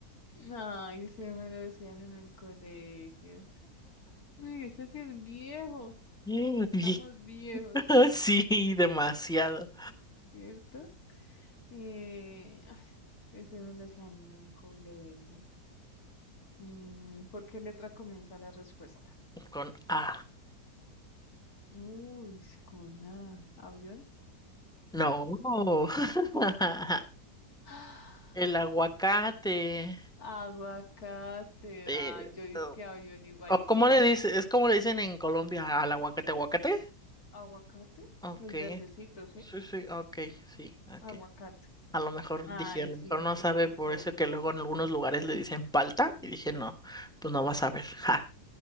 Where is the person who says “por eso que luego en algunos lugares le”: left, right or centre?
Centre